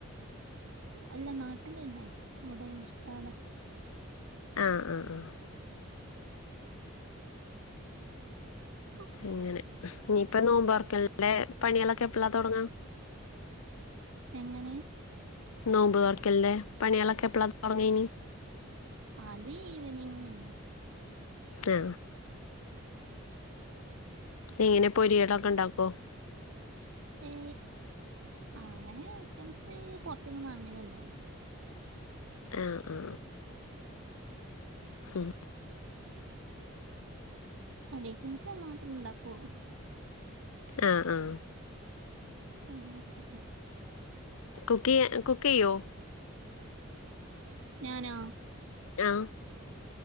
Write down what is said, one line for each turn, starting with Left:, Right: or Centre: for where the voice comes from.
Right: അല്ല നാട്ടന്ന് തന്നെ ഇവിടെ ഉസ്താതാ
Left: ആ ആ ആ
Right: ഉ <unintelligible>
Left: ഇങ്ങനെ നീ ഇപ്പ നോമ്പാർക്ക നല്ലെ പണികളൊക്കെ എപ്പഴാ തുടങ്ങാ
Right: എങ്ങനെ
Left: നോമ്പ് തർക്കലേ പണികളൊക്കെ എപ്പഴാ തുടങ്ങനി
Right: അത് ഈവനിങ്നെ
Left: ആ ഇങ്ങനെ പൊരികളൊക്കെ ഉണ്ടാക്കോ
Right: ഏ അങ്ങനെ ഐറ്റംസ് പുറത്തന്ന് വാങ്ങനല്ലേ
Left: ആ ആ ആ ഹഹ
Right: അടക്ക നിസം മാത്രം ഇണ്ടാക്കള്ളൂ
Left: ആ ആ
Right: അത അതെ
Left: കുക്കി കുക്ക് ചെയ്യോ
Right: ഞാനാ
Left: ആ